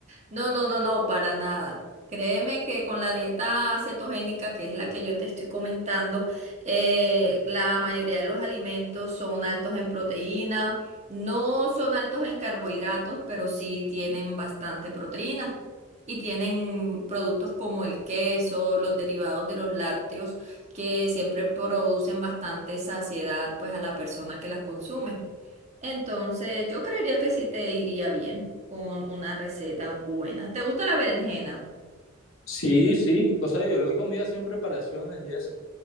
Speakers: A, on the right; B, on the left.
A: No, no, no, no, para nada. Créeme que con la dieta cetogénica, que es la que yo te estoy comentando, eh, la mayoría de los alimentos son altos en proteína, no son altos en carbohidratos, pero sí tienen bastante proteína. Y tienen productos como el queso, los derivados de los lácteos, que siempre producen bastante saciedad, pues, a la persona que las consume. Entonces, yo creería que sí te iría bien con una receta buena. ¿Te gusta la berenjena?
B: Sí, sí, o sea, yo lo he comido así en preparaciones y eso,